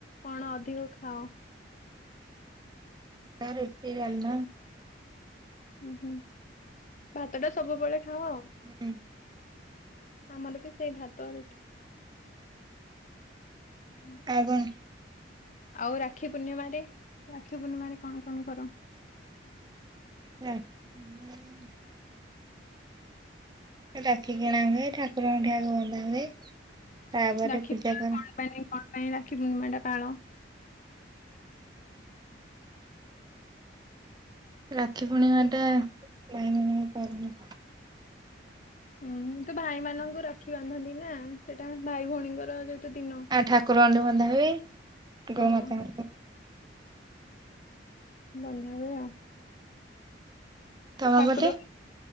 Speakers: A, on the left (about 40°); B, on the right (about 25°).
A: କଣ ଅଧିକ ଖାଅ?
B: ଆମର ଇପି, ଡାଲମା
A: ହୁଁ ହୁଁ ଭାତଟା ସବୁବେଳେ ଖାଅ ଆଉ।
B: ହୁଁ
A: ଆମନ ବି ସେଇ ଭାତ ରୁଟି ହୁଁ।
B: ଆଉ କଣ?
A: ଆଉ ରାକ୍ଷୀ ପୂର୍ଣ୍ଣିମାରେ ରାକ୍ଷୀ ପୂର୍ଣ୍ଣିମାରେ କଣ କଣ କର?
B: ରା <unintelligible> ରାକ୍ଷୀ କିଣା ହୁଏ ଠାକୁରଙ୍କ ଠି ଆଗ ବନ୍ଧା ହୁଏ। ତାପରେ
A: ରାକ୍ଷୀ
B: ପୂଜା
A: <unintelligible>
B: କରା
A: କଣ ପାଇଁ କଣ ପାଇଁ ରାକ୍ଷୀ ପୂର୍ଣ୍ଣିମାଟା ପାଳ?
B: ରାକ୍ଷୀ ପୂର୍ଣିମା ଟା। <unintelligible>
A: ହୁଁ ତ ଭାଇମାନଙ୍କୁ ରାକ୍ଷୀ ବାନ୍ଧନ୍ତି ନା ସେଟା ଭାଇ ଭଉଣୀଙ୍କର ଯେହେତୁ ଦିନ।
B: ଆଉ ଠାକୁର ଟି ବନ୍ଧା ହୁଏ
A: ହଁ
B: ଗୋମାତା
A: ବନ୍ଧା ହୁଏ ଆଉ।
B: ତମ
A: ତାପରେ
B: ପଟେ